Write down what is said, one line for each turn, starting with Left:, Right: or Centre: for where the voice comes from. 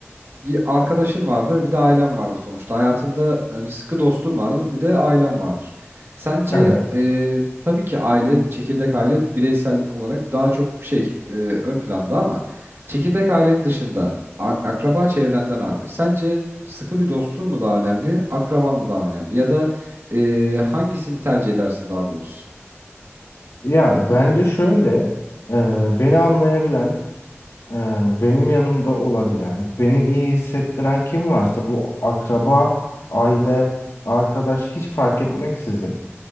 Right: bir arkadaşın vardır, bir de ailen vardır sonuçta. Hayatında hani sıkı dostun vardır, bir de ailen vardır. Sence
Left: Evet.
Right: e, tabii ki aile, çekirdek aile bireysel olarak daha çok şey e, ön planda ama çekirdek ailenin dışında a- akraba çevrenden abi. Sence sıkı bir dostun mu daha önemli, akraban mı daha önemli ya da e, hangisini tercih edersin daha doğrusu?
Left: Ya bence şöyle e, beni anlayabilen Ee, Benim yanımda olabilen, beni iyi hissettiren kim varsa bu akraba, aile, arkadaş hiç fark etmeksizin